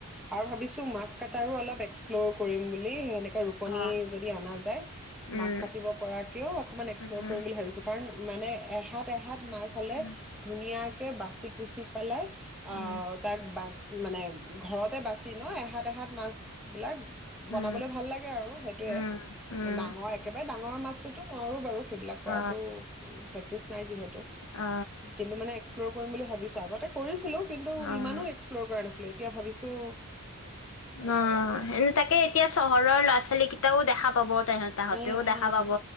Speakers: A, in the centre; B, on the left.
A: আৰু ভাবিছো মাছ কটাৰো অলপ এক্স এক্সপ্লৰ কৰিম বুলি এ হেনেক ৰুকনী
B: অ',
A: যদি আনা যায়
B: উম
A: মাছ কাটিব পৰাকেও অকমান এক্সপ্লৰ
B: উম
A: কৰিম বুলি ভাবছো কাৰণ মানে এহাত এহাত মাছ হলে
B: উম
A: ধুনীয়াকে বাচি কুচি পেলায়
B: উম
A: অ তাক বাচ মানে ঘৰতে বাছি ন এ এহাত এহাত মাছ বিলাক বনাবলৈ
B: উম
A: ভাল লাগে আৰু, সেইটোৱে।
B: উম উম উম
A: ডাঙৰ একেবাৰে ডাঙৰ মাছ নোৱাৰো বাৰু। সেইবিলাক কৰাটো
B: অ
A: প্ৰেক্টিচ নাই যিহেতু,
B: অ
A: কিন্তু মানে এক্সপ্লৰ কৰিম বুলি ভাবিছো। আগতেও কৰিছ খেলোঁ। কিন্ত
B: অ
A: ইমানো
B: অ
A: এক্ <unintelligible> কৰা নাছিলো, এতিয়া ভাবিছোঁ
B: অ'। এনে তাকে এতিয়া চহৰৰ ল ছোলী কেইটাও দেখা পাব। তে
A: উম
B: তাহঁতেও দেখা
A: উম
B: পাব